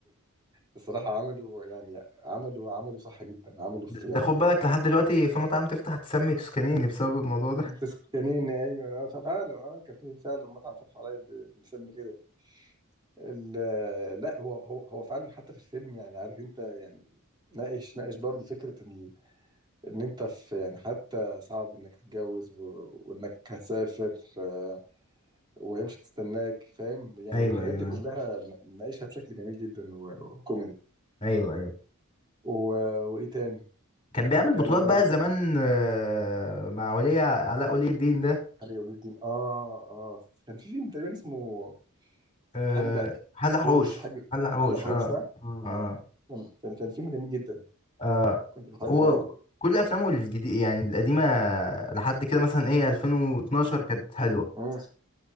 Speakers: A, on the right; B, on the left.
A: الصراحة عملوا يعني عملوا عملوا صح جدا عملوا
B: ده
A: في يعني
B: ده خد بالك لحد دلوقتي في مطاعم تفتح تسمي توسكانيني بسبب الموضوع ده
A: تسكنين أيوة آه، ففعلا أه كان في فعلا مطعم فتح قريب مسمي كده ال- لا هو هو هو فعلا حتى في الفيلم يعني عارف أنت يعني ناقش ناقش برضه فكرة إن إن أنت في يعني حتى صعب إنك تتجوز و... وإنك هتسافر آه، وهي مش هتستناك فاهم يعني
B: ايوه
A: الحاجات
B: ايوه
A: دي كلها ناقشها بشكل جميل جدا و- وكوميدي
B: ايوه ايوه
A: و... وايه تاني
B: كان بيعمل
A: جانا
B: بطولات
A: بان
B: بقى زمان آه، مع ولي علاء ولي الدين ده
A: علي ولي الدين اه اه كان في فيلم تقريبا اسمه
B: آه،
A: حلق
B: حلق حوش
A: حوش حاجه
B: حلق حوش
A: حلق حوش
B: اه
A: صح؟
B: اه
A: اه مم. كان كان فيلم جميل جدا
B: آه
A: كنت بحبه
B: هو
A: برضه
B: كل افلامه الجديد يعني القديمه لحد كده مثلا ايه 2012 كانت حلوه
A: مم.